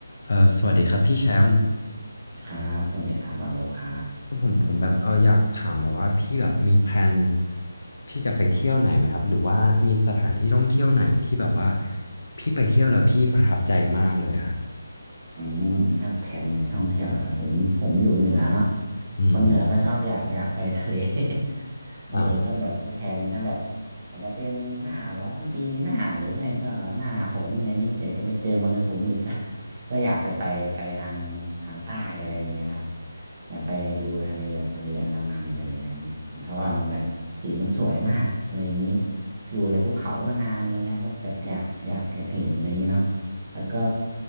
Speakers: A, on the left (about 50°); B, on the right (about 20°).
A: เอ่อสวัสดีครับพี่แชมป์
B: ครับ สวัสดีครับวาโลครับ
A: ผมผมแบบเอออยากถามแบบว่าพี่แบบมีแพลนที่จะไปเที่ยวไหนไหมครับหรือว่ามีสถานที่ท่องเที่ยวไหนที่แบบว่าพี่ไปเที่ยวแล้วพี่ประทับใจมากเลยอะครับ
B: อืม ถ้าแผนในท่องเที่ยวนะครับผม ผมอยู่เหนือเนาะ
A: อืม
B: คนเหนือก็ชอบอยากอยากไปทะเล <laughs> เออก็แบบมีแผนถ้าแบบ
A: อ่า
B: อาจจะเป็นหน้าร้อนปีหน้าหรือไม่ก็หน้าฝนอะไรอย่างนี้เดี๋ยวจะไปเจอมรสุมอีก <laughs> ก็ก็อยากจะไปไปทางทางใต้อะไรอย่างนี้ครับอยากไปดูทะเลแบบทะเลอันดามันเลยอะไรอย่างนี้เพราะว่ามันแบบสีมันสวยมากอะไรอย่างนี้
A: อ่า
B: อยู่แต่ภูเขามานานเลยครับก็แบบอยากอยากอยากเห็นอะไรอย่างนี้เนาะแล้วก็